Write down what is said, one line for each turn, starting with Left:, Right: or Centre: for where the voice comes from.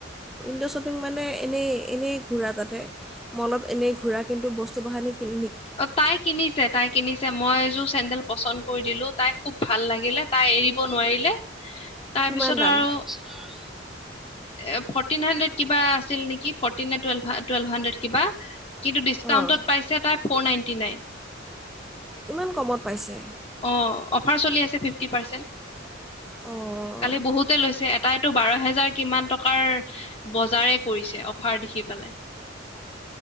Centre: উইণ্ডো শ্বপিং মানে এনেই এনেই ঘূৰা তাতে। মলত এনেই ঘূৰা কিন্তু বস্তু বাহানি কিনি নি
Left: অ তাই কিনিছে তাই কিনিছে মই এযোৰ চেন্দেল পচন্দ কৰি দিলো। তাই খুব ভাল লাগিলে তাই এৰিব নোৱাৰিলে তাৰপিছত
Centre: কিমান দাম
Left: আৰু
Centre: <unintelligible>
Left: এ ফৰ্টিন হাড্ৰেড কিবা আছিল নেকি ফৰ্টিন নে ট টুৱেলভ হাড্ৰেড কিবা। কিন্তু ডিচকাউণ্টত
Centre: অঁ
Left: পাইছে তাই ফ'ৰ নাইটি নাইন।
Centre: ইমান কমত পাইছে।
Left: অ অফাৰ চলি আছে ফিফটি পাৰ্চেণ্ট।
Centre: অ'।
Left: খালি বহুতে লৈছে এটাইতটো বাৰ হেজাৰ কিমান টকাৰ বজাৰে কৰিছে অফাৰ দেখি পেলাই।